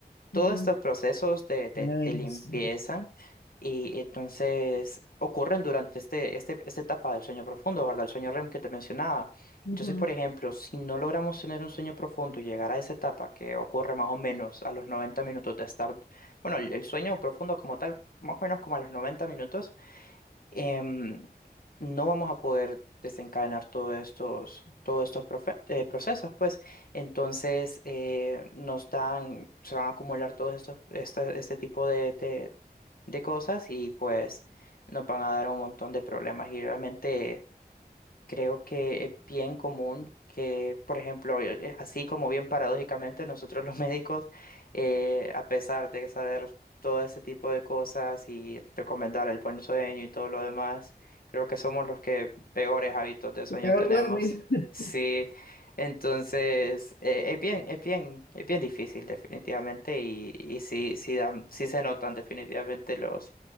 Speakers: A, on the left; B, on the left.
A: todos
B: Ujú.
A: estos procesos de, de,
B: Ay,
A: de limpieza
B: no sé.
A: y entonces ocurren durante este, este, esta etapa del sueño profundo, ¿verdad? El sueño REM que te mencionaba.
B: Ujú.
A: Entonces, por ejemplo, si no logramos tener un sueño profundo y llegar a esa etapa que ocurre más o menos a los 90 minutos de estar, bueno, el, el sueño profundo como tal, más o menos como a los 90 minutos, em, no vamos a poder desencadenar todos estos, todos estos profe- eh, procesos, pues entonces eh, nos dan, se van a acumular todos estos, este, este tipo de, de, de cosas y pues nos van a dar un montón de problemas y realmente Creo que es bien común que, por ejemplo, eh, eh, así como bien paradójicamente, nosotros los <laughs> médicos, eh, a pesar de saber todo ese tipo de cosas y recomendar el buen sueño y todo lo demás, creo que somos los que peores hábitos de sueño
B: Que Peor
A: tenemos.
B: duermen.
A: <laughs>
B: <laughs>
A: Sí, entonces eh, es bien, es bien, es bien difícil definitivamente y, y sí, sí, dan- sí se notan definitivamente los,